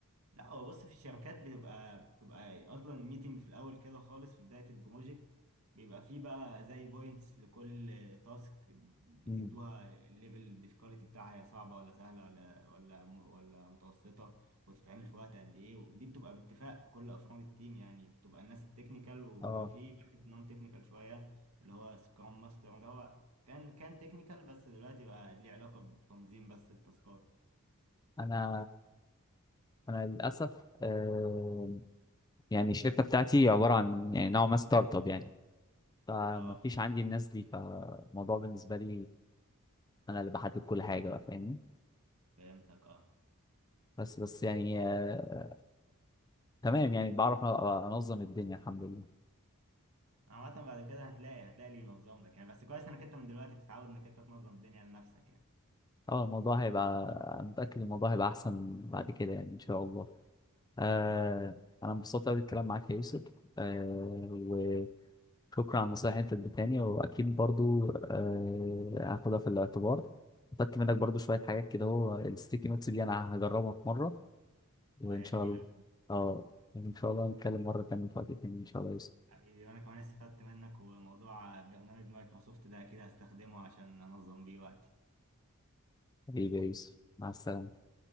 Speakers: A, on the right; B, on the left.
A: لا هو بص في الشركات بتبقى بتبقى اصلا ميتنج في الاول كده خالص في بدايه البروجكت بيبقى فيه بقى زي بوينتس لكل تاسك بتدوها
B: مم.
A: الليفل الديفيكالتي بتاعها هي صعبه ولا سهله ولا ولا ولا متوسطه وتتعمل في وقت قد ايه ودي بتبقى باتفاق كل افراد التيم يعني بتبقى الناس التكنيكال وبيبقى
B: اه
A: فيه واحد نون تكنيكال شويه اللي هو سكرام ماستر ده هو كان كان تكنيكال بس دلوقتي بقى ليه علاقه بتنظيم بس التاسكات
B: انا انا للاسف آه، يعني الشركه بتاعتي عباره عن يعني نوع ما ستارت اب يعني فما
A: اه
B: فيش
A: فهمت
B: عندي الناس دي فالموضوع بالنسبه لي انا اللي بحدد كل حاجه بقى فاهمني
A: فهمتك اه
B: بس بس يعني آه، تمام يعني بعرف أ- انظم الدنيا الحمد لله
A: عامة بعد كده هتلاقي هتلاقي اللي ينظم لك يعني بس كويس انك انت من دلوقتي بتتعود انك انت تنظم الدنيا لنفسك يعني
B: اه الموضوع هيبقى أنا متأكد الموضوع هيبقى احسن بعد كده يعني ان شاء الله آه
A: ان شاء الله
B: انا انبسطت قوي بالكلام معاك يا يوسف آه وشكرا على النصايح اللي انت اديتهاني واكيد برضو آه هاخدها في الاعتبار خدت منك برضو شوية حاجات كده هو الستيكي نوتس دي انا هجربها في مرة وان
A: اه يا
B: شاء
A: جميل
B: الله
A: أوي
B: اه ان شاء الله نتكلم مرة تانية في وقت تاني ان شاء الله يا يوسف
A: حبيبي وانا كمان استفدت منك وموضوع برنامج مايكروسوفت ده اكيد هستخدمه عشان انظم بيه وقتي
B: حبيبي يا يوسف مع السلامة